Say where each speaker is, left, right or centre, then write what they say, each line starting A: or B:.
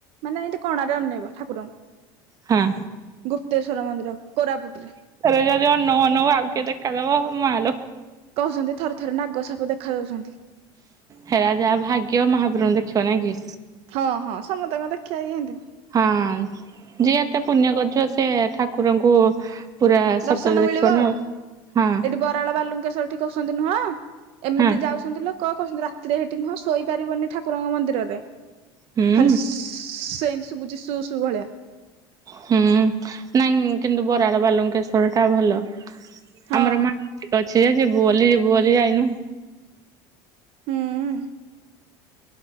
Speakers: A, on the right; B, on the right.
A: ମାନେ ଏମିତି କଣାରେ ଅନେଇବ ଠାକୁରଙ୍କୁ
B: ହଁ
A: ଗୁପ୍ତେଶ୍ଵର ମନ୍ଦିର କୋରାପୁଟ ର
B: ରେ ଯଦି ଅନାଉ ଅନାଉ ଆଉ କିଏ ଦେଖାଦବ ମାଲ
A: କହୁଛନ୍ତି ଥରେ ଥରେ ନାଗ ସାପ ଦେଖା ଦଉଛନ୍ତି
B: ହେରା ଯାହା ଭାଗ୍ୟ ମହାପ୍ରଭଣୁ ଦେଖିବ ନାଇଁ କି
A: ହଁ ହଁ ସମସ୍ତଙ୍କ ଦେଖିବା କି ଏତି
B: ହଁ ଯିଏ ଏତେ ପୁଣ୍ୟ କରୁଥିବ ସେ ଠାକୁରଙ୍କୁ ପୁରା ସତରେ
A: ଦର୍ଶନ
B: ଦେଖିବ
A: ମିଳିବ
B: ନା
A: ଆଉ
B: ହଁ
A: ଏଠି ବରାଳ ବାଲୁଙ୍କେଶ୍ୱରଠି କହୁଛନ୍ତି ନୁହଁ ଏମିତି
B: ହଁ
A: ଯାଉ କହୁଛନ୍ତି ରାତିରେ ହେଇଠି ନୁହଁ ଶୋଇପାରିବନି ଠାକୁରଙ୍କ ମନ୍ଦିରରେ
B: ହୁଁ
A: ଖାଲି ସ୍ ସ୍ ସେଇନ୍ତି ଶୁଭୁଛିି ସୁ ସୁୁ ଭଳିଆ
B: ହୁଁ ନାଇଁ କିନ୍ତୁ ବରାଳ ବାଲୁଙ୍କେଶ୍ଵର ଟା ଭଲ
A: ହଁ
B: ଆମର ମା ଅଛି ଯେ ଯିବୁଲି ଯିବୁ ବୋଲି ଯାଇନୁ
A: ହୁଁ